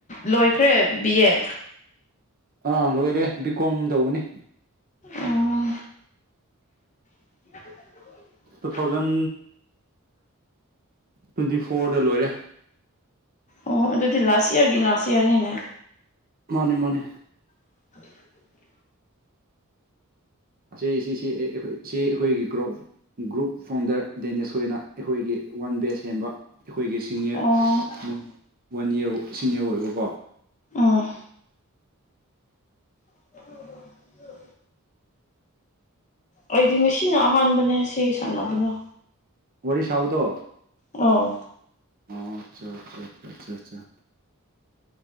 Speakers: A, on the left (about 35°); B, on the right (about 40°).
A: ꯂꯣꯏꯈ꯭ꯔꯦ ꯕꯤ ꯑꯦ
B: ꯑꯥ ꯂꯣꯏꯔꯦ ꯕꯤ ꯀꯣꯝ ꯇꯧꯕꯅꯤ
A: ꯑꯣ <inaudible>
B: ꯇꯨ ꯊꯥꯎꯖꯟ ꯇ꯭ꯋꯦꯟꯇꯤ ꯐꯣꯔꯗ ꯂꯣꯏꯔꯦ
A: ꯑꯣ ꯑꯗꯨꯗꯤ ꯂꯥꯁ ꯏꯌꯔꯒꯤ ꯂꯥꯁ ꯏꯌꯔꯅꯤꯅꯦ
B: ꯃꯥꯅꯦ ꯃꯥꯅꯦ
A: <inaudible>
B: ꯑꯁꯤ ꯁꯤ ꯁꯤ ꯑꯩꯈꯣꯏꯒꯤ ꯁꯤ ꯑꯩꯈꯣꯏꯒꯤ ꯒ꯭ꯔꯣꯐ ꯒ꯭ꯔꯨꯞ ꯐꯥꯎꯟꯗꯔ ꯗꯦꯅꯦꯁ ꯈꯣꯏꯅ ꯑꯩꯈꯣꯏꯒꯤ ꯋꯥꯟ ꯕꯦꯁ ꯍꯦꯝꯕ ꯑꯩꯈꯣꯏꯒꯤ ꯁꯤꯅꯤꯌꯔ
A: ꯑꯣ
B: ꯋꯥꯟ ꯏꯔ ꯁꯤꯅꯤꯌꯔ ꯑꯣꯏꯕꯀꯣ
A: ꯑꯥ <unintelligible> ꯑꯩꯗꯤ ꯉꯁꯤꯅ ꯑꯍꯥꯟꯕꯅꯦ ꯁꯤꯒꯤ ꯁꯥꯟꯅꯕꯗꯣ
B: ꯋꯥꯔꯤ ꯁꯥꯕꯗꯣ
A: ꯑꯥꯎ
B: ꯑꯣ ꯑꯆꯥꯆꯥ ꯑꯆꯥ ꯑꯆꯥ ꯑꯆꯥ